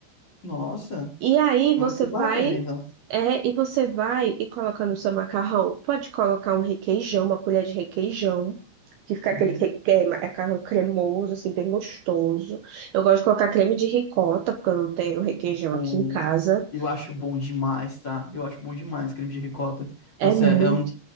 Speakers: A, on the left; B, on the right.
A: Nossa,
B: E aí
A: vale
B: você
A: super
B: vai,
A: a pena, então.
B: é, e você vai e colocando no seu macarrão. Pode colocar um requeijão, uma colher de requeijão, que fica
A: Uhum.
B: aquele que, que- macarrão cremoso, assim, bem gostoso. Eu gosto de colocar creme de ricota, porque eu não tenho requeijão
A: Ou
B: aqui em casa.
A: eu acho bom demais, tá? Eu acho bom demais creme de ricota.
B: É
A: Nossa,
B: muito.
A: é, é um.